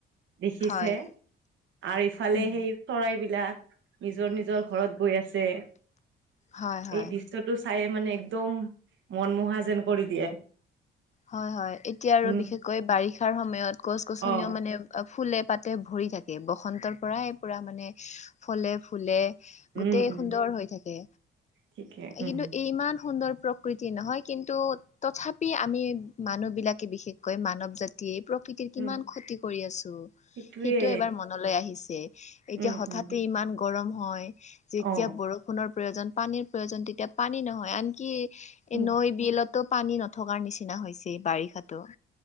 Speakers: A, on the right; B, on the left.
A: দেখিছে
B: হয়
A: আৰু ইফালে
B: উম
A: সেই চৰাইবিলাক', নিজৰ - নিজৰ ঘৰত গৈ আছে,
B: হয় হয়
A: এই দৃশ্য ', দৃশ্যটো, চাইয়ে মানে, একদম মনমোহা যেন কৰি দিয়ে',
B: হয়', - হয়', এতিয়া আৰু
A: উম
B: বিশেষকৈ বাৰিষাৰ সময়ত গছ - গছনিও
A: অ
B: মানে', ফুলে - পাতে ভৰি থাকে, বসন্তৰ পৰাই পুৰা মানে ফলে - ফুলে',
A: উম
B: গোটেই
A: উম
B: সুন্দৰ হৈ থাকে,
A: ঠিকে উম
B: কিন্তু ই - ইমান সুন্দৰ প্ৰক', প্ৰকৃতিৰ নহয় কিন্তু, তথাপি আমি, মানুহ বিলাকে বিশেষকৈ মানৱ জাতি', জাতিয়ে প্ৰকৃতিৰ কিমান
A: উম
B: ক্ষতি কৰি আছোঁ ',
A: সেইটোয়ে
B: সেইটো এবাৰ মনলৈ আহিছে, এতিয়া
A: উম
B: হঠাতে
A: উম
B: ইমান', গৰম হয়, যেতিয়া
A: অ
B: বৰষুণৰ প্ৰয়োজন পানীৰ প্ৰয়োজন তেতিয়া পানী নহয় আনকি', এই
A: উম
B: নৈ - বিলতো পানী নথকাৰ নিচিনা হৈছে বাৰিষাতো ',